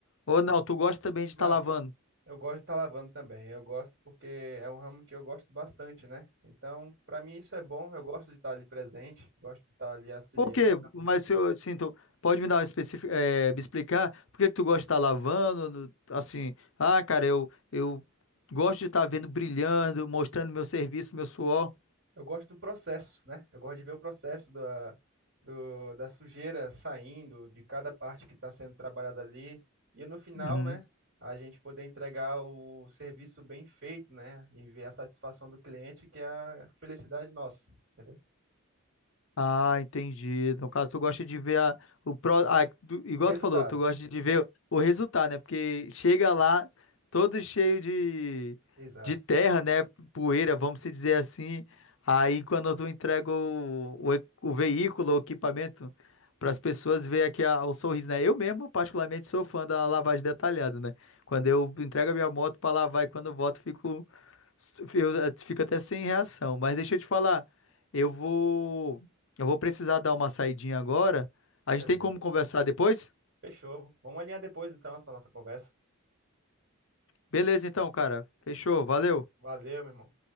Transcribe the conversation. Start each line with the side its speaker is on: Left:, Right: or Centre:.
Left: Ou não, tu gosta também de estar
Right: Não,
Left: lavando?
Right: eu gosto de estar lavando também. Eu gosto porque é um ramo que eu gosto bastante, né? Então, para mim isso é bom. Eu gosto de estar ali presente, gosto de estar ali auxiliando.
Left: Por quê? Mas se eu sinto, pode me dar uma específica, me explicar por que que tu gosta de estar lavando, no- assim, ah, cara, eu eu gosto de estar vendo brilhando, mostrando meu serviço, meu suor.
Right: Eu gosto do processo, né? Eu gosto de ver o processo da, do- da sujeira saindo, de cada parte que está sendo trabalhada ali. E no final,
Left: Uhum.
Right: né? A gente poder entregar o serviço bem feito, né? E ver a satisfação do cliente, que é a felicidade nossa, entendeu?
Left: Ah, entendi. No caso, tu gosta de ver a, o pró, a- do- igual
Right: O resultado.
Left: tu falou, tu gosta de ver o, resultado, né? Porque chega lá todo cheio de,
Right: Exato.
Left: de terra, né? Poeira, vamos se dizer assim. Aí quando tu entrega o, o, e- o veículo, o equipamento para as pessoas ver aqui a- o sorriso, né? Eu mesmo, particularmente, sou fã da lavagem detalhada, né? Quando eu entrego a minha moto para lavar e quando eu volto, fico, eu eh, fico até sem reação. Mas deixa eu te falar, eu vou eu vou precisar dar uma saidinha agora. A
Right: Beleza.
Left: gente tem como conversar depois?
Right: Fechou. Vamos alinhar depois, então, essa nossa conversa.
Left: Beleza, então, cara. Fechou. Valeu.
Right: Valeu, meu irmão.